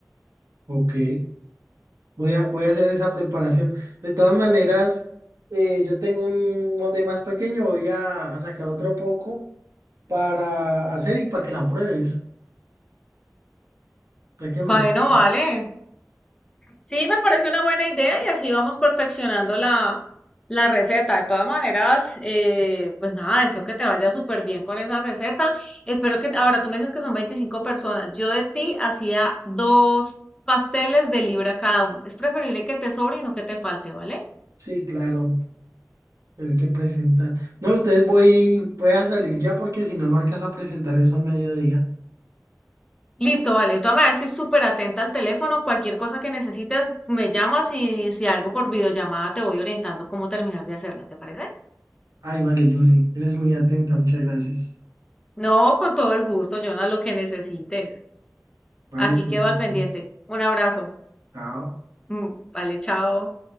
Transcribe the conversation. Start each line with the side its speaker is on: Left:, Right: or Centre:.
Right: ok. Voy a, voy a hacer esa preparación. De todas maneras, eh, yo tengo un molde más pequeño. Voy a, a sacar otro poco para hacer y para que la pruebes. Ya que me...
Left: Bueno,
Right: hice-
Left: vale. Sí, me parece una buena idea y así vamos perfeccionando la, la receta. De todas maneras, eh, pues nada, deseo que te vaya súper bien con esa receta. Espero que, ahora tú me dices que son 25 personas. Yo de ti hacía dos pasteles de libra cada uno. Es preferible que te sobre y no que te falte, ¿vale?
Right: Sí, claro. Tener que presentar. No, ustedes voy, voy a salir ya porque si no, no alcanzo a presentar eso al mediodía.
Left: Listo, vale. De todas maneras, estoy súper atenta al teléfono. Cualquier cosa que necesites, me llamas y si algo por videollamada te voy orientando cómo terminar de hacerla, ¿te parece?
Right: Ay, vale, Julie. Eres muy atenta. Muchas gracias.
Left: No, con todo el gusto, Jonah, lo que necesites.
Right: Vale,
Left: Aquí
Right: pues,
Left: quedo
Right: pues,
Left: al pendiente.
Right: pues.
Left: Un abrazo.
Right: chao.
Left: Mm, Vale, chao.